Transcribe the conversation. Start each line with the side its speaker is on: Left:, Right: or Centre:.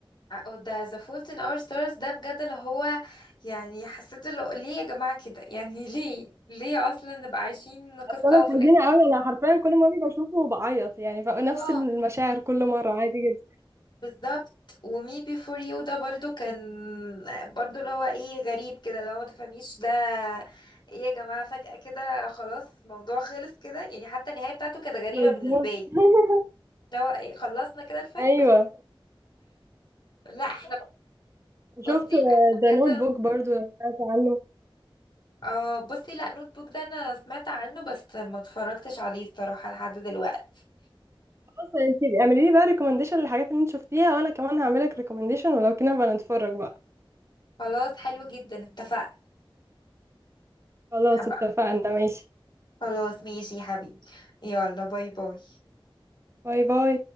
Left: أو ده The Fault in Our Stars ده بجد اللي هو يعني حسيت اللي هو ليه يا جماعة كده يعني <laughs> ليه ليه أصلا نبقى عايشين قصة
Right: اصل انا
Left: وفي
Right: الحزينه
Left: الآخر
Right: قوي انا حرفيا كل مره بشوفه بعيط يعني بقى نفس
Left: اه
Right: المشاعر كل مره عادي جدا
Left: بالظبط ومي بي فور يو ده برضو كان برضو اللي هو ايه غريب كده اللي هو ما تفهميش ده ايه يا جماعة فجأة كده خلاص الموضوع خلص كده يعني حتى النهاية بتاعته كانت غريبة
Right: بالظبط
Left: بالنسبة لي
Right: <laughs>
Left: اللي هو ايه خلصنا كده الفيلم
Right: ايوه
Left: لا احنا بصي
Right: شفت
Left: لا احنا
Right: ده
Left: بجد
Right: نوت بوك برضو لو سمعت عنه
Left: اه بصي لا نوت بوك ده انا سمعت عنه بس ما اتفرجتش عليه الصراحة لحد دلوقتي
Right: خلاص انت اعملي لي بقى ريكومنديشن للحاجات اللي انت شفتيها وانا كمان هعملك ريكومنديشن ولو كنا بقى نتفرج بقى
Left: خلاص حلو جدا اتفقنا
Right: خلاص
Left: حب...
Right: اتفقنا ماشي
Left: خلاص ماشي يا حبيبي يلا باي باي
Right: باي باي